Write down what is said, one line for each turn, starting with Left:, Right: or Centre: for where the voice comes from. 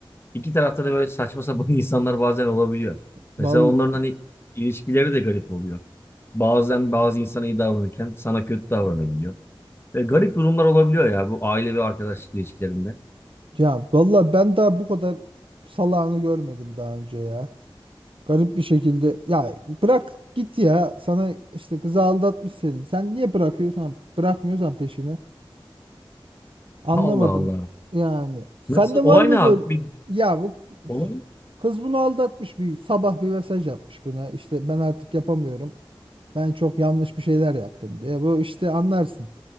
Left: İki tarafta da böyle saçma sapan <laughs> insanlar bazen olabiliyor.
Right: vallahi
Left: Mesela onların hani ilişkileri de garip oluyor. Bazen bazı insana iyi davranırken sana kötü davranabiliyor. Ve garip durumlar olabiliyor ya bu aile ve arkadaşlık ilişkilerinde.
Right: Ya valla ben daha bu kadar salağını görmedim daha önce ya. Garip bir şekilde ya bırak git ya sana işte kızı aldatmış seni. Sen niye bırakıyorsan bırakmıyorsan peşini anlamadım
Left: <laughs> Allah Allah.
Right: yani. Sende
Left: Nasıl? Olay
Right: var mı
Left: ne abi?
Right: böyle
Left: Bir
Right: ya bu üf.
Left: olay.
Right: kız bunu aldatmış bir sabah bir mesaj atmış buna işte ben artık yapamıyorum. Ben çok yanlış bir şeyler yaptım diye. Bu işte anlarsın.